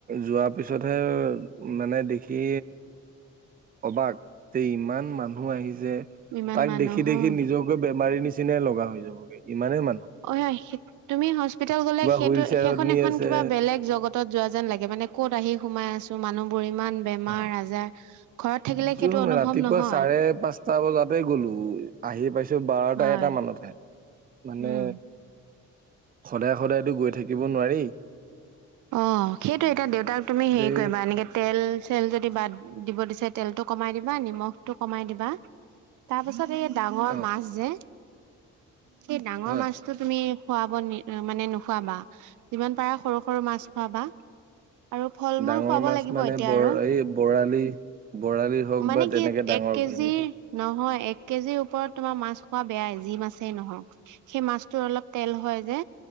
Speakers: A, on the right (about 30°); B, on the right (about 75°).
A: যোৱাৰ পিছতহে মানে, দেখি অবাক তে, ইমান মানুহ আহিছে যে
B: ইমান
A: তাক
B: মানুহ
A: দেখি দেখি
B: অ
A: নিজকে বেমাৰী নিচিনাই লগা হৈ যাবগে ইমানে মান
B: অ হেয়া সেত তুমি, হস্পিতাল গলে সেইটো
A: হুইল চেয়াৰত
B: সেইখন
A: নি
B: এখন
A: আছে
B: কিবা বেলেগ জগতত যোৱা যেন লাগে মানে। এ ক'ত আহি সোমাই আছো, মানুহবোৰ ইমান বেমাৰ
A: অ
B: আজাৰ। ঘৰত থাকিলে
A: একদম
B: সেইটো অনুভৱ
A: ৰাতিপুৱা
B: নহয়
A: চাৰে পাঁচটা বজাতে গ'লো আহি পাইছো বাৰটা
B: হয়
A: এটা মান অলপ হে, মানে,
B: উম
A: সদায়-সদায়তো গৈ থাকিব, নোৱাৰি।
B: অ'! সেইটোৱে এতিয়া, দেউতাক তুমি, সেৰি
A: যে
B: কৰিবা, এনেকে তেল-চেল যদি বাদ দিব দিছে, তেলটো কমাই দিবা নিমখটো কমাই দিবা তাৰ পাছত এই ডাঙৰ
A: অ
B: মাছ যে সেই ডাঙৰ
A: হয়
B: মাছটো তুমি খুৱাব মানে নোখুৱাবা যিমান পাৰা সৰু সৰু মাছ খোৱাবা। আৰু ফল মূল
A: ডাঙৰ
B: খুৱাব
A: মাছ
B: লাগিব
A: মানে
B: এতিয়া
A: বৰ
B: আৰু।
A: এই বৰালি বৰালি হওক
B: মানে
A: বা তেনেকে
B: কি
A: ডাঙৰকে
B: এক কেজি
A: নেকি?
B: নহয় এক কেজিৰ ওপৰত তোমাৰ মাছ খোৱা বেয়াই যি মাছেই নহওক সেই মাছটো অলপ তেল হয় যে।